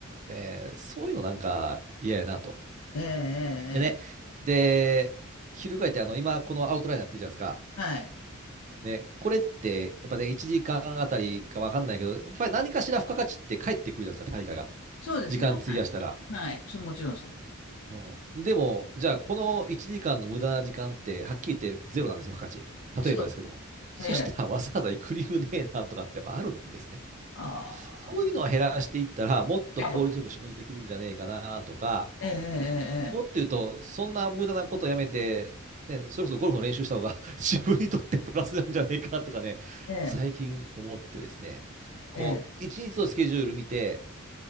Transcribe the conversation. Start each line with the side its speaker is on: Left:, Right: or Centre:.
Right: うね、そういうのなんか嫌やなと。
Left: ええ、ええ、
Right: でね、
Left: ええ
Right: で、翻ってあの、今このアウトラインやってるじゃないですか。
Left: はい、
Right: ね、これってやっぱね、1時間あたりかわかんないけど、やっぱり何かしら付加価値って返ってくるじゃないですか、対価が。
Left: そうですね、
Right: 時間費やしたら。
Left: はい、はい、そう、もちろんそうです。
Right: うん、でも、じゃあ、この1時間の無駄な時間って、はっきり言ってゼロなんですよ、付加価値。
Left: そう、
Right: 例えばですけども。そしたら、
Left: ええ。
Right: わざわざ行く理由ねえなとかってやっぱあるんですね。
Left: ああ、
Right: そういうのを減らしていったら、もっと効率よく仕事できるんじゃねえかなとか、
Left: えあえ、と、ええ
Right: もっと言うと、そんな無駄なことやめて、ね、それこそゴルフの練習した方が <laughs> 自分にとってプラスなんじゃねえかとかね、
Left: ええええええ
Right: 最近思ってですね、こう、
Left: ええ
Right: 一日のスケジュール見て、